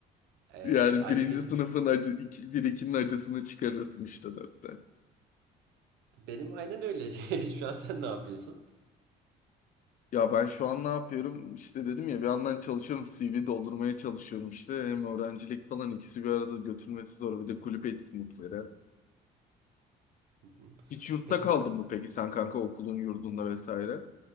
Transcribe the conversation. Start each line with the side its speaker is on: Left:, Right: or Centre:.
Right: E,
Left: Yani
Right: aynı
Left: birinci
Right: benim
Left: sınıfın acı, iki, bir ikinin acısını çıkarırsın üçte dörtte.
Right: benim aynen öyle. <laughs> Şu an sen ne yapıyorsun?
Left: Ya ben şu an ne yapıyorum? İşte dedim ya bir yandan çalışıyorum, CV doldurmaya çalışıyorum işte. Hem öğrencilik falan ikisi bir arada götürmesi zor. Bir de kulüp etkinlikleri.
Right: Hı hı.
Left: Hiç yurtta
Right: Peki
Left: kaldın mı peki sen kanka okulun yurdunda vesaire? Hı